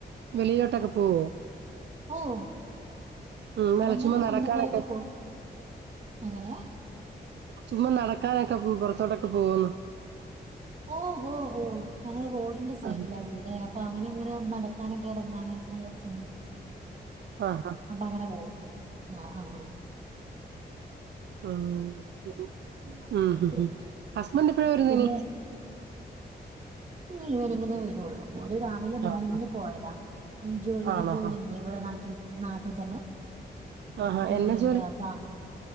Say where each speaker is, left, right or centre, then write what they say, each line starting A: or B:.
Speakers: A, on the right; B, on the right.
A: വെളിയിലോട്ടൊക്കെ പോവോ
B: പോവും
A: ഉം
B: അവൻ
A: അല്ല
B: തന്നെ
A: ചുമ്മാ
B: സ്വന്തക്കായിട്ട്
A: നടക്കാനൊക്കെ
B: പോവും എങ്ങനെ
A: ചുമ്മാ നടക്കാനൊക്കെ പൊ പുറത്തോട്ടൊക്കെ പോവോന്ന്
B: ഓഹ് ഓഹ് ഓഹ് ഞങ്ങള് റോഡിന്റെ സൈഡിലാ
A: ആഹ്
B: അവ്ടേ അപ്പം അങ്ങനെങ്ങനെ നട ക്കാനൊക്കെ ഇറങ്ങാന് നല്ലൊ ച
A: ആഹ്
B: അപ്പൊ അങ്ങനെ പോവും ആഹ് ആഹ്
A: ആഹ് അഹ് ഉം ഹും
B: പിന്നെ
A: ഹും ഹസ്ബൻ്റ് എപ്പഴാ വരുന്നിനി
B: പിന്നെ ഈവനിങിനേ വരുള്ളൂ ഓര് രാവിലെ മോർണിങ്ങിന്
A: ആഹ്
B: പോയതാ. ജോലി
A: ആണോ
B: ജോലി
A: ആഹ്
B: ഉണ്ട് ഇവിടെ നാട്ടിൽ നാട്ടി തന്നെ
A: ആഹ്
B: ജോലിണ്ട്
A: എന്നാ ജോലി
B: അതാ